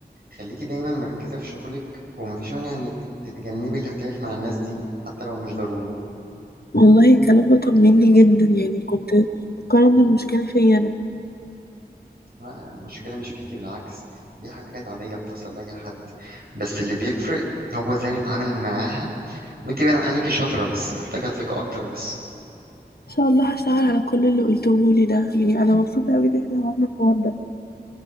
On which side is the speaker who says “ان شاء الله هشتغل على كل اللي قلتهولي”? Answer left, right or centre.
Left